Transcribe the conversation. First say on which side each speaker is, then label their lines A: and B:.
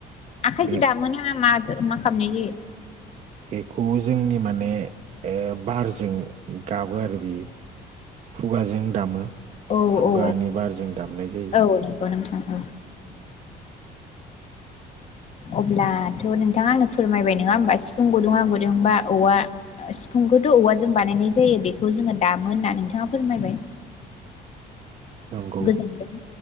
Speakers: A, on the left; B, on the right.
A: आखाइजों
B: बे
A: दामोना मा मा खालामनाय जायो
B: बेखौ जोंनि मान ने ए बारजों गाबो आरो बियो खुगाजों दामो
A: औ
B: खुगानि
A: औ
B: बारजों दामनाय जायो
A: औ औ नंगौ नोंथां ओ अब्लाथ' नोंथाङा आंनो फोरमायबाय नोङा होमबा सिफुं गुदुं आं गुदुंबा औवा सिफुंखौथ' औवाजों बानायनाय जायो बेखौ जोङो दामोन होनना नोंथाङा फोरमायबाय
B: नंगौ
A: गोजोनथों